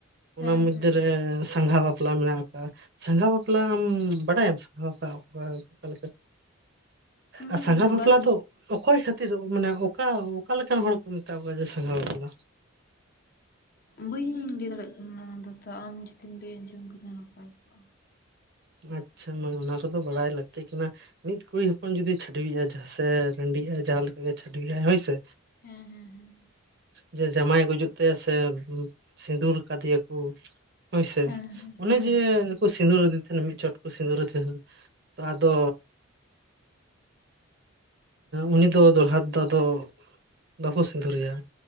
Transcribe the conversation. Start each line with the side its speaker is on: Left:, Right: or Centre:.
Right: ᱚᱱᱟ
Left: ᱦᱮᱸ
Right: ᱢᱚᱫᱽᱫᱷᱮ
Left: ᱦᱮᱸ
Right: ᱨᱮ ᱥᱟᱸᱜᱷᱟ ᱵᱟᱯᱞᱟ ᱢᱮᱱᱟᱜ ᱠᱟᱜᱼᱟ, ᱥᱟᱸᱜᱷᱟ ᱵᱟᱯᱞᱟ ᱟᱢ ᱵᱟᱰᱟᱭᱟᱢ ᱥᱟᱸᱜᱷᱟ ᱵᱟᱯᱞᱟ ᱚᱠᱟ ᱞᱮᱠᱟ?
Left: ᱩᱸᱦᱩᱜ
Right: ᱟᱨ ᱥᱟᱸᱜᱷᱟ ᱵᱟᱯᱞᱟ
Left: ᱩᱸᱦᱩᱜ ᱵᱟᱹᱧ
Right: ᱫᱚ ᱚᱠᱚᱭ ᱠᱷᱟᱹᱛᱤᱨ ᱢᱟᱱᱮ ᱚᱠᱟ ᱚᱠᱟᱞᱮᱠᱟᱱ ᱦᱚᱲ ᱠᱚ ᱢᱮᱛᱟ ᱠᱚᱣᱟ ᱡᱮ ᱥᱟᱸᱜᱷᱟ ᱵᱟᱯᱞᱟ?
Left: ᱵᱟᱹᱧ ᱞᱟᱹᱭ ᱫᱟᱲᱮᱭᱟᱜ ᱠᱟᱱᱟ ᱱᱚᱣᱟ ᱫᱟᱫᱟ ᱟᱢ ᱡᱩᱫᱤᱢ ᱞᱟᱹᱭ ᱟᱸᱡᱚᱢ ᱠᱤᱧᱟ ᱱᱟᱯᱟᱭ᱾ ᱠᱚᱜᱼᱟ
Right: ᱟᱪᱪᱷᱟ ᱢᱟᱹᱭ ᱚᱱᱟ ᱠᱚᱫᱚ ᱵᱟᱲᱟᱭ ᱞᱟᱹᱠᱛᱤ ᱠᱟᱱᱟ᱾ ᱢᱤᱫ ᱠᱩᱲᱤ ᱦᱚᱯᱚᱱ ᱡᱩᱫᱤ ᱪᱷᱟᱹᱰᱣᱤᱜ-ᱟᱭ ᱡᱟᱦᱟᱸ ᱥᱮ ᱨᱮᱺᱰᱤᱜ-ᱟᱭ ᱡᱟᱦᱟᱸ ᱞᱮᱠᱟ ᱜᱮ ᱪᱷᱟᱰᱣᱤᱜ-ᱟᱭ ᱦᱳᱭ ᱥᱮ᱾
Left: ᱦᱮᱸ ᱦᱮᱸ ᱦᱮᱸ᱾
Right: ᱡᱮ ᱡᱟᱢᱟᱭᱮ ᱜᱩᱡᱩᱜ ᱛᱟᱭᱟ ᱥᱮ ᱥᱤᱸᱫᱩᱨ ᱠᱟᱫᱮᱭᱟ ᱠᱚ, ᱦᱳᱭᱥᱮ,
Left: ᱦᱮᱸ
Right: ᱚᱱᱮ
Left: ᱦᱮᱸ
Right: ᱡᱮ ᱠᱩ ᱥᱤᱸᱫᱩᱨ ᱟᱫᱮ ᱛᱟᱦᱮᱸᱱ ᱢᱤᱫ ᱪᱷᱚᱴ ᱠᱚ ᱥᱤᱸᱫᱩᱨ ᱟᱫᱮ ᱛᱟᱦᱮᱱ ᱛᱚ ᱟᱫᱚ ᱩᱱᱤ ᱫᱚ ᱫᱚᱲᱦᱟ ᱛᱮᱫᱚ ᱟᱫᱚ ᱵᱟᱠᱚ ᱥᱤᱸᱫᱩᱨᱮᱴᱟᱭᱟ᱾